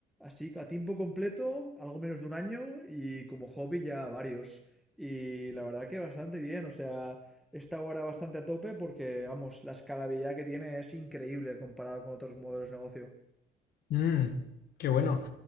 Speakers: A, in the centre; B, on the left (about 70°).
A: así a tiempo completo, algo menos de un año y como hobby ya varios. Y la verdad que bastante bien, o sea, está ahora bastante a tope porque, vamos, la escalabilidad que tiene es increíble comparado con otros modelos de negocio.
B: Mm, qué bueno.